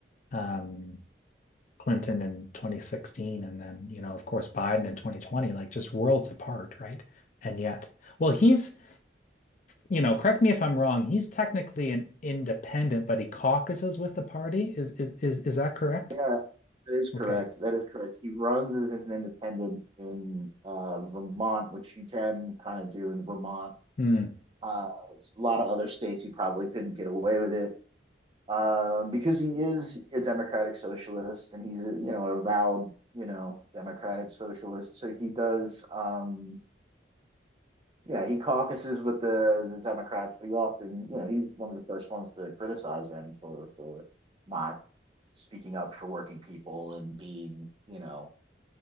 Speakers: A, on the left (about 40°); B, on the right (about 30°).
A: um, Clinton in 2016 and then, you know, of course, Biden in 2020, like just worlds apart, right? And yet, well, he's, you know, correct me if I'm wrong, he's technically an independent, but he caucuses with the party. Is is is is that correct?
B: yeah that is correct
A: Okay.
B: that is correct he runs as an independent in uh, vermont which you can kind of do in vermont
A: Hmm.
B: uh, a lot of other states he probably couldn't get away with it um, because he is a democratic socialist and he's a, you know an avowed you know democratic socialist so he does um, yeah, he caucuses with the, the Democrats, but he often, you know, he's one of the first ones to criticize them for for not speaking up for working people and being, you know,